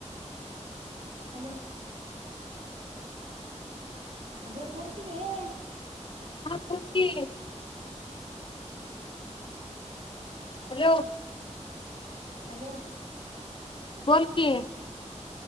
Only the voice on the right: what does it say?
हॅलो अगं बोल की ग ये.
हॅलो.